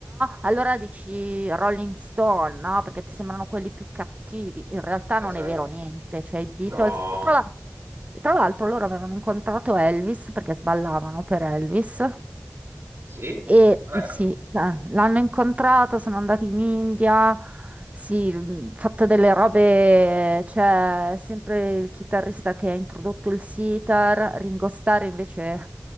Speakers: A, on the right (about 30°); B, on the right (about 65°).
A: Allora dici Rolling Stone, no? Perché ti sembrano quelli più cattivi. In realtà
B: esatto.
A: non è vero niente, cioè i Beatles...
B: No,
A: e Tra l'al- e tra l'altro loro avevano incontrato Elvis perché sballavano per Elvis.
B: sì,
A: E
B: vero?
A: mhmm, sì, eh, l'hanno incontrato, sono andati in India, sì, mh, fatto delle robe, c'è sempre il chitarrista che ha introdotto il sitar, Ringo Starr invece